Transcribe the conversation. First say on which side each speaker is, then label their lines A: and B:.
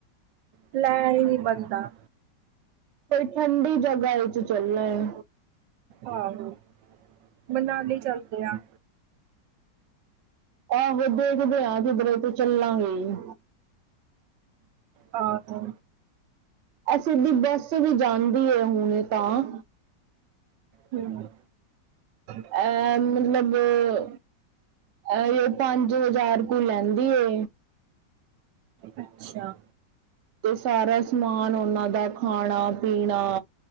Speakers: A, on the right (about 85°); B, on the right (about 60°).
A: ਪਲੈਨ ਈ ਨੀ ਬਣਦਾ
B: ਕੋਈ ਪੁਡੀ ਜਗਾ ਵਿੱਚ ਚੱਲਣਾ ਏ
A: ਆਹੋ, ਮਨਾਲੀ ਚੱਲਦੇ ਆ
B: ਆਹੋ ਦੇਖਦੇ ਆ ਕਿੱਧਰੇ ਤੇ ਚੱਲਾਂਗੇ ਈ‌।
A: ਆਹੋ।
B: ਅਸੀਂ ਵੀ ਬੱਸ ਵੀ ਜਾਂਦੀ ਏ ਹੁਣੇ ਤਾਂ
A: ਹੂੰ <inaudible>
B: ਐ ਮਲਬ ਅ ਐਵੇ ਪੰਜ ਹਜ਼ਾਰ ਕੋ ਲੈਂਦੀ ਏ
A: ਅੱਛਾ।
B: ਤੇ ਸਾਰਾ ਸਮਾਨ ਓਨਾਂ ਦਾ ਖਾਣਾ-ਪੀਣਾ,